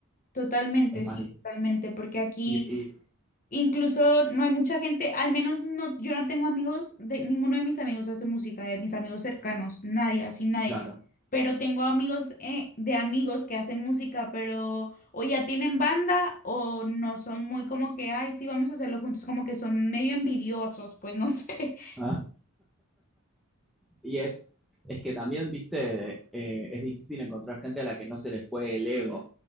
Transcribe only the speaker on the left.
totalmente,
sí,
totalmente, porque aquí
Incluso no hay mucha gente, al menos no, yo no tengo amigos, de, ninguno de mis amigos hace música, de mis amigos cercanos, nadie, así nadie.
Pero tengo amigos eh, de amigos que hacen música, pero o ya tienen banda o no son muy como que, ay, sí, vamos a hacerlo juntos, como que son medio envidiosos, pues no sé. <laughs>